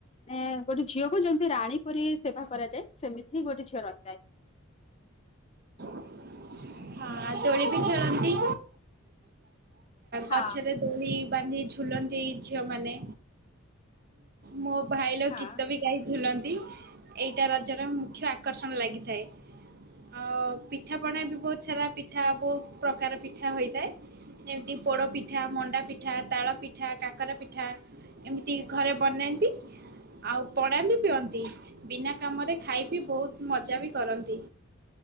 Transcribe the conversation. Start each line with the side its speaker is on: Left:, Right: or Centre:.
Left: ଏ ଗୋଟେ ଝିଅକୁ ଯେମିତି ରାଣୀ ପରି ସେବା କରାଯାଏ। ସେମିତି ହିଁ ଗୋଟେ ଝିଅ ରହିଥାଏ।
Right: ହଁ ଦୋଳି ବି ଖେଳନ୍ତି।
Left: ହଁ
Right: ଗଛରେ ଦୋଳି ବାନ୍ଧି ଝୁଲନ୍ତି ଝିଅ ମାନେ। ମୋ ଭାଇ ଲୋ
Left: ହଁ
Right: ଗୀତ ବି ଗାଇ ଝୁଲନ୍ତି। ଏଇଟା ରଜର ମୁଖ୍ୟ ଆକର୍ଷଣ ଲାଗେ। <unintelligible> ଆଉ ପିଠା ପଣା ବି ବହୁତ ସାରା ପିଠା ବହୁତ ପ୍ରକାର ପିଠା ହୋଇଥାଏ। ଯେମିତି ପୋଡ଼ପିଠା, ମଣ୍ଡା ପିଠା, ତାଳ ପିଠା, କାକରା ପିଠା। ଏମିତି ଘରେ ବନାନ୍ତି। ଆଉ ପଣା ବି ପିଅନ୍ତି। ବିନା କାମରେ ଖାଇ ପି ବହୁତ ମଜା ବି କରନ୍ତି